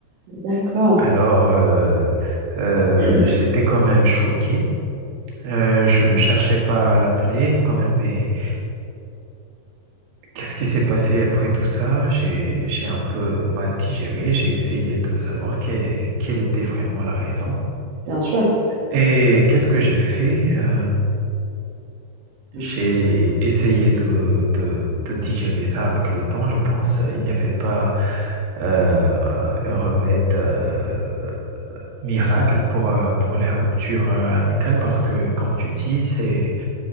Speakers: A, on the right (about 60°); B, on the right (about 85°).
A: D'accord.
B: Alors, euh, euh,
A: <clears throat>
B: j'étais quand même choqué Euh, je ne cherchais pas à l'appeler quand même, mais qu'est-ce qui s'est passé après tout ça? J'ai, j'ai un peu mal digéré, j'ai essayé de savoir quelle, quelle était vraiment la raison.
A: Bien sûr.
B: Et qu'est-ce que j'ai fait? Euh,
A: Mm,
B: j'ai essayé de, de, de digérer ça avec le temps, je pense. Il n'y avait pas euh, euh, un remède. euh, miracle pour, euh, pour la rupture euh, amicales parce que, comme tu dis, c'est